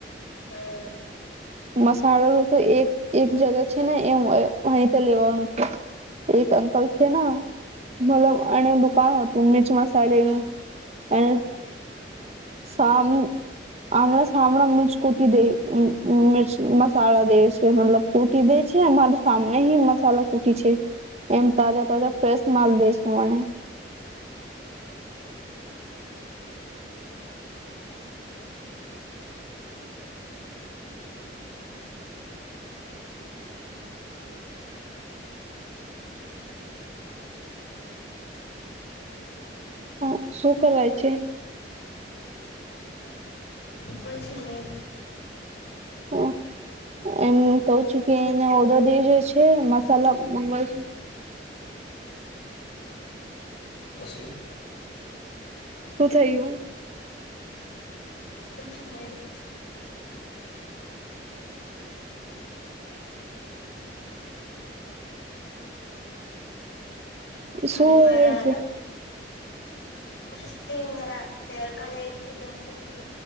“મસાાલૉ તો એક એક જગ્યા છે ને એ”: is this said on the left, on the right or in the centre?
Right